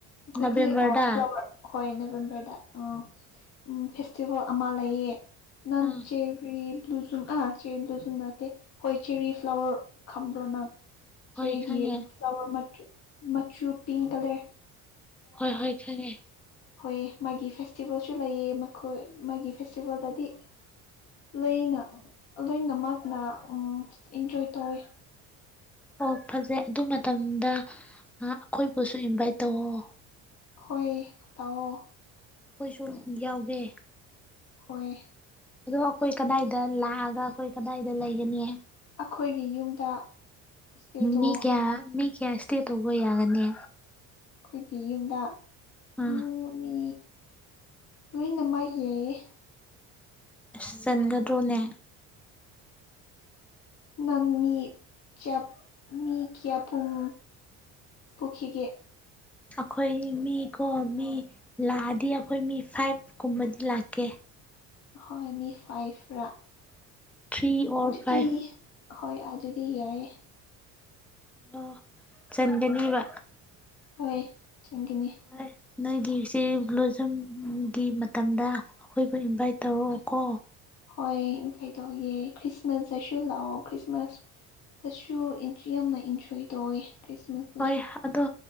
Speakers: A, on the left; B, in the centre.
A: ꯑꯩꯈꯣꯏꯗꯤ
B: ꯅꯕꯦꯝꯕꯔꯗ
A: ꯑꯣꯐ ꯂꯧꯔꯦ ꯍꯣꯏ ꯅꯦꯕꯦꯝꯕꯔꯗ ꯑꯥ ꯎꯝ ꯐꯦꯁꯇꯤꯚꯦꯜ ꯑꯃ ꯂꯩꯌꯦ ꯅꯪ
B: ꯑꯥ
A: ꯆꯦꯔꯤ ꯕ꯭ꯂꯨꯖꯨꯝ ꯑ ꯆꯦꯔꯤ ꯕ꯭ꯂꯨꯖꯨꯝ ꯕ꯭ꯂꯨꯖꯨꯝ ꯅꯠꯇꯦ ꯍꯣꯏ ꯆꯦꯔꯤ ꯐ꯭ꯂꯥꯋꯔ ꯈꯝꯕ꯭ꯔꯣ ꯅꯪ ꯆꯦꯔꯤꯒꯤ
B: ꯍꯣꯏ ꯈꯪꯉꯦ
A: ꯐ꯭ꯂꯥꯋꯔ ꯃꯆꯨ ꯃꯆꯨ ꯄꯤꯡ ꯀꯂꯔ
B: ꯍꯣꯏ ꯍꯣꯏ ꯈꯪꯉꯦ
A: ꯍꯣꯏꯌꯦ ꯃꯥꯒꯤ ꯐꯦꯁꯇꯤꯚꯦꯜꯁꯨ ꯂꯩꯌꯦ ꯃꯈꯣꯏ ꯃꯥꯒꯤ ꯐꯦꯁꯇꯤꯚꯦꯜꯗꯗꯤ ꯂꯩꯅ ꯂꯣꯏꯅꯃꯛꯅ ꯎꯝ ꯏꯟꯖꯣꯏ ꯇꯧꯋꯤ
B: ꯑꯣ ꯐꯖꯩ ꯑꯗꯨ ꯃꯇꯝꯗ ꯑꯥ ꯑꯩꯈꯣꯏꯕꯨꯁꯨ ꯏꯟꯚꯥꯏꯠ ꯇꯧꯑꯣ
A: ꯍꯣꯏ ꯇꯧꯑꯣ
B: ꯑꯩꯈꯣꯏꯁꯨ ꯌꯥꯎꯒꯦ
A: ꯍꯣꯏ
B: ꯑꯗꯣ ꯑꯩꯈꯣꯏ ꯀꯗꯥꯏꯗ ꯂꯥꯛ ꯑꯒ ꯑꯩꯈꯣꯏ ꯀꯗꯥꯏꯗ ꯂꯩꯒꯅꯤ
A: ꯑꯩꯈꯣꯏꯒꯤ ꯌꯨꯝꯗ ꯏꯁꯇꯦꯗꯣ
B: ꯃꯤ ꯀꯌꯥ ꯃꯤ ꯀꯌꯥ ꯏꯁꯇꯦ ꯇꯧꯕ ꯌꯥꯒꯅꯤ
A: ꯑꯩꯈꯣꯏꯒꯤ ꯌꯨꯝꯗ
B: ꯑꯥ
A: ꯎꯝ ꯃꯤ ꯂꯣꯏꯅꯃꯛ ꯌꯥꯢꯌꯦ
B: ꯑꯁ ꯆꯟꯒꯗ꯭ꯔꯣꯅꯦ
A: ꯅꯪ ꯃꯤ ꯆꯞ ꯃꯤ ꯀꯌꯥ ꯄꯨꯡ ꯄꯨꯈꯤꯒꯦ
B: ꯑꯩꯈꯣꯏ ꯃꯤꯀꯣ ꯃꯤ ꯂꯥꯛ ꯑꯗꯤ ꯑꯩꯈꯣꯏ ꯃꯤ ꯐꯥꯏꯚ ꯀꯨꯝꯕꯗꯤ ꯂꯥꯛꯀꯦ
A: ꯍꯣꯏ ꯃꯤ ꯐꯥꯏꯚ ꯔꯥ
B: ꯊ꯭ꯔꯤ ꯑꯣꯔ
A: ꯑꯗꯨꯗꯤ
B: ꯐꯥꯏꯚ
A: ꯍꯣꯏ ꯑꯗꯨꯗꯤ ꯌꯥꯏꯌꯦ
B: ꯑꯣ ꯆꯟꯒꯅꯤꯕ
A: ꯍꯣꯏ ꯆꯟꯒꯥꯅꯤ
B: ꯍꯣꯏ ꯅꯣꯏꯒꯤꯁꯦ ꯒ꯭ꯂꯨꯖꯝꯒꯤ ꯃꯇꯝꯗ ꯑꯩꯈꯣꯏꯕꯨ ꯏꯟꯚꯥꯏꯠ ꯇꯧꯔꯛꯑꯣ ꯀꯣ
A: ꯍꯣꯏ ꯏꯟꯐꯩꯠ ꯇꯧꯒꯦ ꯈ꯭ꯔꯤꯁꯃꯥꯁꯇꯁꯨ ꯂꯥꯛꯑꯣ ꯈ꯭ꯔꯤꯁꯃꯥꯁ ꯇꯁꯨ ꯏꯟꯇ꯭ꯔꯤ ꯌꯥꯝꯅ ꯏꯟꯖꯣꯏ ꯇꯧꯌꯦ ꯈ꯭ꯔꯤꯁꯃꯥꯁ
B: ꯍꯣꯏ ꯑꯗꯣ